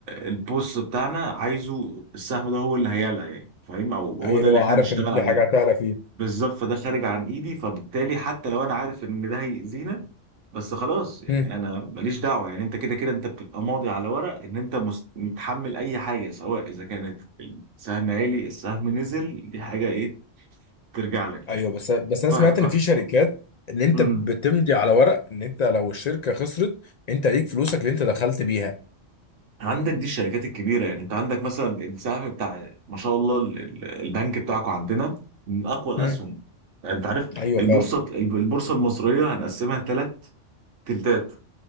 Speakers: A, on the right (about 75°); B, on the left (about 70°).
A: البوس بتاعنا عايزه السهم ده هو اللي هيعلى يعني فاهم او هو
B: اي
A: ده
B: اللي
A: اللي
B: هو
A: احنا
B: عارف
A: هنشتغل
B: ان
A: عليه
B: في حاجه هتعلى فيه
A: بالظبط فده خارج عن ايدي فبالتالي حتى لو انا عارف ان ده هيأذينا بس خلاص يعني
B: مم.
A: انا ماليش دعوه يعني انت كده كده انت بتبقى ماضي على ورق ان انت مس- متحمل اي حاجه سواء اذا كانت السهم عالي السهم نزل دي حاجه ايه ترجع لك يعني
B: ايوه بس بس انا
A: ف...
B: سمعت
A: ف...
B: ان في شركات ان انت
A: مم.
B: بتمضي على ورق ان انت لو الشركه خسرت انت ليك فلوسك اللي انت دخلت بيها
A: عندك دي الشركات الكبيره يعني انت عندك مثلا السهم بتاع ما شاء الله ال- ال- البنك بتاعكم عندنا من اقوى الاسهم
B: مم.
A: يعني انت عارف
B: ايوه
A: البورصه
B: فعلا
A: البورصه المصريه هنقسمها ثلاث تلتات